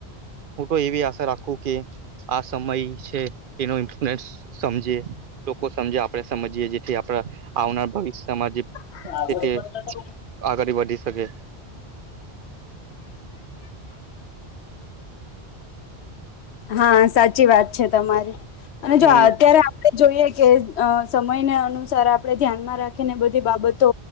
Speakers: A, on the right; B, on the left.
A: હું તો એવી આશા રાખું કે આ સમય છે, એનો ઇંટનેશ સમજીએ લોકો સમજે આપણેે સમજીએ જેથી આપણા આવનાર ભવિષ્યમાં જે
B: <unintelligible>
A: છે તે આગળ વધી શકે.
B: હા, સાચી વાત છે તમારી અને
A: હમ
B: જો અત્યારે આપણે જોઈએ, કે અ સમયને અનુસાર આપણેે ધ્યાનમાં રાખીને બધી બાબતો